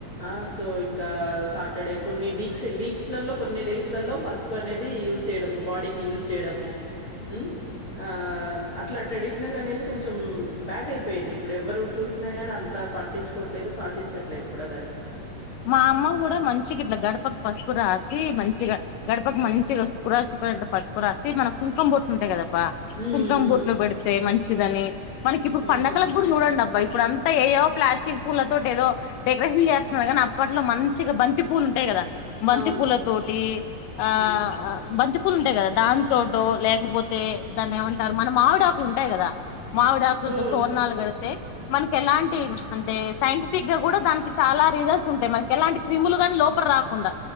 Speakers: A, on the left; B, on the left.
A: ఆ సో ఇంకా సాటర్డే కొన్ని వీక్ వీక్స్ లలో కొన్ని డేస్ లలో పసుపు అనేది యూజ్ చేయడము బాడీకి యూజ్ చేయడము ఉమ్ ఆ అట్లా ట్రెడిషనల్ అనేది కొంచెం బ్యాక్ అయిపోయింది ఇప్పుడు ఎవరు చూసినా గాని అంత పట్టించుకోవట్లేదు పాటించట్లేదు కూడా దాన్ని
B: మా అమ్మ కూడా మంచిగా ఇట్లా గడపకు పసుపు రాసి, మంచిగా గడపకి మంచిగా చుకు్రా చు లా పసుపు రాసి మన కుంకుమ బుట్తుంటాయి కదా బా
A: హ్మ్.
B: కుంకం
A: హ్మ్.
B: బొట్లు పెడితే మంచిదని మనకి ఇప్పుడు
A: హ్మ్.
B: పండుగలకు కూడా చూడండి అబ్బా ఇప్పుడంతా ఏవో ప్లాస్టిక్ పూల తతోటి ఏదో డెకరేషన్ చేస్తున్నారు కాగానీ అప్పట్లో మంచిగా బంతి పూలు ఉంటాయి కదా బంతి
A: అవును.
B: పూల తోటి ఆ
A: హ్మ్.
B: బంతి ఆకులు ఉంటాయి కదా దాని తోట లేకపోతే దాన్ని ఏమంటారు మనం మావిడ ఆకులు ఉంటాయి కదా మామీడా ఆకులు
A: హ్మ్.
B: తో తోరణాలు కడతా మనకి ఎలాంటి అంటే సైంటిఫిక్ గా కూడా దానికి చాలా రీజన్ గుంటాయి మనకి ఎలాంటి క్రిములుగానీ లోపలకి రాకుండా